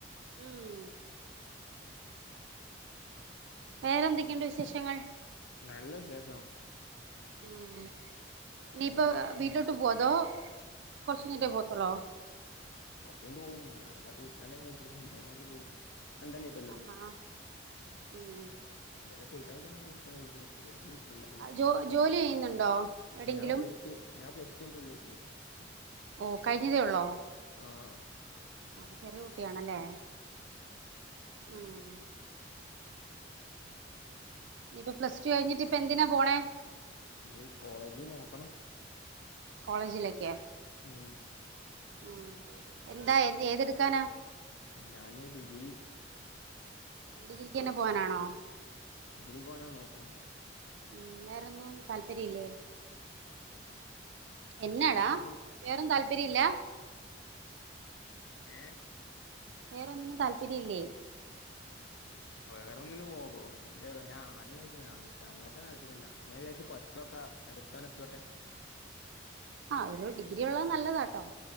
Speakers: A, on the right; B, on the left.
A: ഉം വേറെന്തൊക്കെയുണ്ട് വിശേഷങ്ങൾ
B: നല്ല വിശേഷം
A: ഉം
B: ഇവടങ്ങനെ
A: നീ ഇപ്പൊ
B: ഇരിക്കാണ്
A: വീട്ടിലോട്ട് പോതോ കൊറച്ചയ്ഞ്ഞിട്ടേ പോത്തലോ
B: കുറചൈഞ്ഞിട്ട് പോവും അളിച്ചങ്ങന ഒ പോനാട് പോവും രണ്ടെണ്ണീറ്റല്ലേള്ളൂ
A: ആ ഉമ്
B: അരെല്ല കൊളിച്ചാണ്ടാണ് <inaudible> ഇല്ലങ്കിൽ എല്ലരും പോ
A: ജോ ജോലി ചെയ്യുന്നുണ്ടോ എവിടെയെങ്കിലും
B: ഞാൻ പ്ലസ് ടു ഞാൻ പ്ലസ്ടു കൈഞ്ഞിട്ടുള്ളു ചേച്ചി
A: ഓ കഴിഞ്ഞതേ ഉള്ളോ
B: ആഹ
A: അപ്പം ചെറിയ കുട്ടിയാണല്ലേ ഉമ് ഇപ്പൊ പ്ലസ് ടു കഴിഞ്ഞിട്ട് ഇപ്പൊ എന്തിനാ പോണേ
B: ഞ് കോളേജ് നോക്കണം
A: കോളേജിലേക്ക്
B: ഉം
A: ഉം എന്താ എത് ഏതെടുക്കാനാ
B: ഞാന് ഡിഗ്രി
A: ഡിഗ്രിക്കന്ന പോവാനാണോ
B: ഡിഗ്രി പോവാനാ നോക്കണേ
A: ഉം വേറൊന്നും താല്പര്യല്ലേ എന്നാടാ
B: വേറൊന്നും
A: വേറൊന്നും താല്പര്യല്ല
B: ഏ
A: വേറൊന്നിനും താല്പര്യല്ലേ
B: വേറൊന്നിന് പോകോ ഇല്ല ഞാൻ ആർമിച് അങ്ങത്തെ താല്പര്യല്ല പിന്നെ വിചാരിച്ച് പഠിച്ചോക്കാ അടുത്താണ് എത്തിയോട്ടെ
A: ആ ഒരു ഡിഗ്രി ഉള്ളത് നല്ലതാട്ടോ